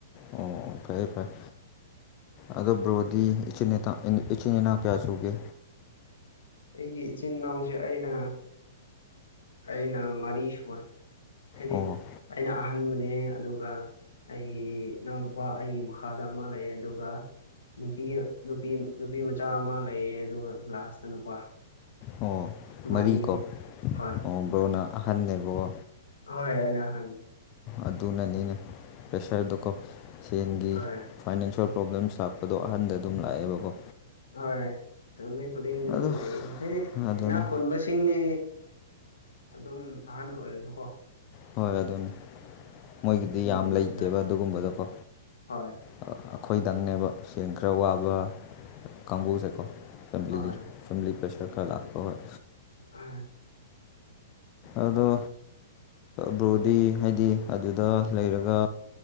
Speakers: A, on the left; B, on the left.
A: ꯑꯣ ꯐꯔꯦ ꯐꯔꯦ ꯑꯗꯣ ꯕ꯭ꯔꯣꯗꯤ ꯏꯆꯤꯟ ꯏꯆꯤꯟ ꯏꯅꯥꯎ ꯀꯌꯥ ꯁꯨꯒꯦ
B: ꯑꯩꯒꯤ ꯏꯆꯤꯟ ꯏꯅꯥꯎꯁꯦ ꯑꯩꯅ ꯑꯩꯅ ꯃꯔꯤ ꯁꯕ ꯍꯥꯏꯗꯤ
A: ꯑꯣ
B: ꯑꯩꯅ ꯈꯟꯕꯅꯦ ꯑꯗꯨꯒ ꯑꯩꯒꯤ ꯏꯅꯥꯎꯅꯨꯄꯥ ꯑꯩꯒꯤ ꯃꯈꯥꯗ ꯑꯃ ꯂꯩ ꯑꯗꯨꯒ ꯅꯨꯄꯤ ꯅꯨꯄꯤ ꯅꯨꯄꯤ ꯃꯆꯥ ꯑꯃ ꯂꯩꯌꯦ ꯑꯗꯨꯒ ꯂꯥꯁꯇ ꯅꯨꯄꯥ
A: ꯑꯣ
B: ꯃꯔꯤ
A: ꯃꯔꯤꯀꯣ
B: ꯍꯣꯏ
A: ꯑꯣ ꯕ꯭ꯔꯣꯅ ꯑꯍꯟꯅꯦꯕ꯭ꯔꯣ
B: ꯍꯣꯏ ꯑꯅꯍꯥꯟ
A: ꯑꯗꯨꯅꯅꯤꯅꯦ ꯄ꯭ꯔꯦꯁꯔꯗꯣꯀꯣ ꯁꯦꯟꯒꯤ
B: ꯍꯣꯏ
A: ꯐꯥꯏꯅꯥꯟꯁꯤꯌꯦꯜ ꯄ꯭ꯔꯣꯕ꯭ꯂꯦꯝꯁ ꯂꯥꯛꯄꯗꯣ ꯑꯍꯟꯗ ꯑꯗꯨꯝ ꯂꯥꯛꯑꯦꯕꯀꯣ
B: ꯍꯣꯏ ꯃꯤꯣꯏ ꯈꯨꯗꯤꯡ ꯑꯗꯨꯝ
A: ꯑꯗꯣ
B: ꯂꯩꯌꯦ ꯑꯗꯨ ꯍꯥꯏꯗꯤ
A: ꯑꯗꯨꯅꯤ
B: ꯏꯅꯥꯛ ꯈꯨꯟꯕꯁꯤꯡꯅꯤ ꯑꯗꯨꯝ ꯑꯍꯥꯟꯕ ꯑꯣꯏꯔꯁꯨꯀꯣ
A: ꯍꯣꯏ ꯑꯗꯨꯅꯤ ꯃꯣꯏꯒꯤꯗꯤ
B: ꯑꯗꯨꯝ
A: ꯌꯥꯝ
B: ꯅꯨꯡꯉꯥꯏꯗ
A: ꯂꯩꯇꯦꯕ ꯑꯗꯨꯒꯨꯝꯕꯗꯣꯀꯣ
B: ꯍꯣꯏ
A: ꯑ- ꯑꯩꯈꯣꯏꯗꯪꯅꯦꯕ ꯁꯦꯜ ꯈꯔ ꯋꯥꯕ ꯀꯥꯡꯕꯨꯁꯦꯀꯣ ꯐꯝꯂꯤꯒꯤ
B: ꯍꯣꯏ
A: ꯐꯝꯂꯤ ꯄ꯭ꯔꯁꯨ ꯁ ꯀ ꯂꯥꯛꯄ ꯍꯣꯏ
B: ꯑ
A: ꯑꯗꯣ ꯕ꯭ꯔꯣꯗꯤ ꯍꯥꯏꯗꯤ ꯑꯗꯨꯗ ꯂꯩꯔꯒ